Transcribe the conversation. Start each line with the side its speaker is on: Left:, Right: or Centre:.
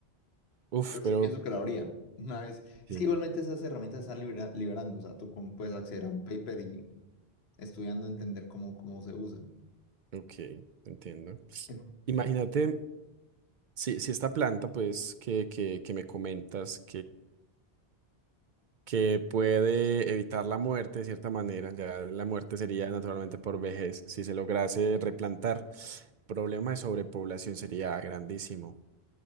Right: Uf,
Left: Pero
Right: pero,
Left: sí pienso que lo habría. Una vez.
Right: Sí.
Left: Es que igualmente esas herramientas están libera- liberando. O sea, tú con- puedes acceder a un paper y estudiando entender cómo, cómo se usa.
Right: ok, entiendo.
Left: En-
Right: Imagínate, si, si esta planta, pues, que, que, que me comentas que puede evitar la muerte de cierta manera. Ya la muerte sería naturalmente por vejez. Si se lograse replantar, el problema de sobrepoblación sería grandísimo.